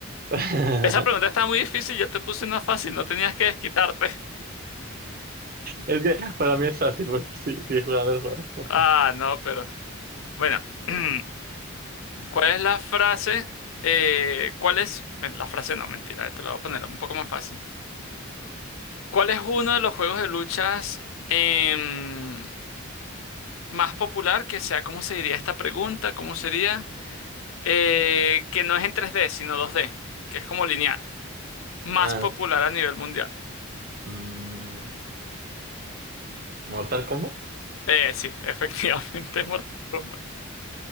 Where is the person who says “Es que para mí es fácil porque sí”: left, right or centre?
Right